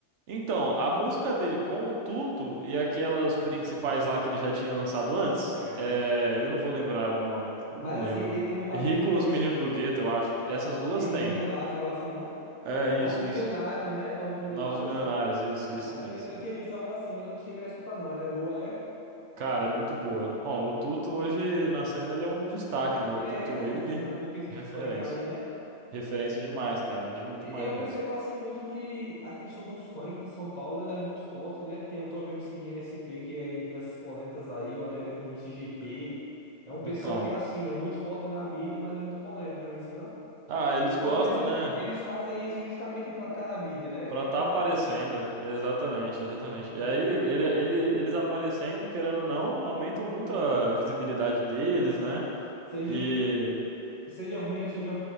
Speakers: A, on the right; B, on the left.
A: Então, a música dele com o Tuto e aquelas principais lá que ele já tinha lançado antes,
B: Certo.
A: é, eu não vou lembrar o nome, eu
B: Mas
A: não
B: assim,
A: lembro.
B: e- e no caso
A: Rico,
B: ele lançou.
A: Os Meninos do Gueto, eu acho.
B: ah,
A: Essas duas
B: Ricos
A: tem.
B: Milionários, algo assim, não?
A: É, isso,
B: Novos Milionários,
A: isso.
B: né? Novos Milionários.
A: Novos Milionários, isso,
B: É,
A: isso mesmo,
B: eu,
A: isso
B: eu tinha
A: mesmo.
B: visto algo assim, mas eu não cheguei a escutar, não. Ele é boa, é?
A: Cara, é muito boa. Bom, o
B: E-
A: Tuto hoje na cena ele é um destaque, né? O
B: Ele
A: Tuto
B: é referência,
A: e o Ig,
B: assim, na- no quesito
A: referência.
B: funk ali, né?
A: Referência demais, cara, de- demais
B: E, e eu
A: mesmo.
B: percebo, assim, muito que a questão do funk em São Paulo, ele é muito forte, né? Tem o próprio MC Rinha SP, que é em diversas polêmicas aí, ou até mesmo o MC GP. É um pessoal
A: Então,
B: que, é assim, é muito forte na mídia, mas é muito polêmica lá em cima.
A: ah, eles
B: Ou
A: gostam,
B: acredito,
A: né?
B: eles fazem isso justamente para estar na mídia, né?
A: Pra
B: Tem
A: tá
B: que fazer
A: aparecendo,
B: a polêmica.
A: exatamente, exatamente.
B: É,
A: E aí ele,
B: entendi.
A: ele, eles aparecendo, querendo ou não, aumentam muito a visibilidade
B: É.
A: deles,
B: Aham.
A: né?
B: Seja,
A: E
B: seja ruim ou seja,